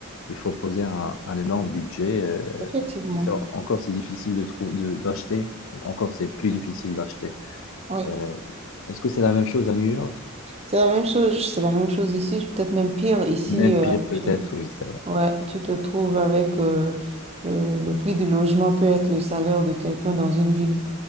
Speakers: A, on the left; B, on the right.
A: il faut poser un, un énorme budget. euh,
B: effectivement.
A: et ça, encore, c'est difficile de trou- de, d'acheter. Encore, c'est plus difficile d'acheter.
B: Oui,
A: Euh, est-ce que c'est la même chose à New York?
B: c'est la même chose. C'est la même chose ici, peut-être même pire. Ici,
A: Même pire
B: euh,
A: peut-être,
B: tu,
A: oui, c'est vrai.
B: ouais, tu te trouves avec euh, le, le prix du logement peut être le salaire de quelqu'un dans une ville.